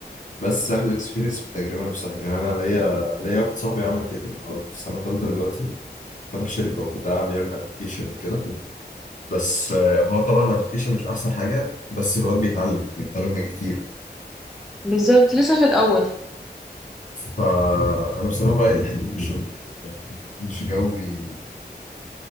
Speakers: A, on the left (about 45°); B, in the centre.
A: بس أخدوا اكسبيرينس بالتجربة نفسها يعني أنا ليا ليا واحد صاحبي عمل كده يعني هو في سنة تالتة دلوقتي فتح شركة وبتاع بيعمل أبلكيشن وكده بس آه، هو طبعا الأبلكيشن مش أحسن حاجة بس الواد بيتعلم بيتعلم حاجات كتير
B: بالظبط لسه في الأول
A: فأنا بصراحة بقى دي الحتة دي في الشغل يعني مش جوي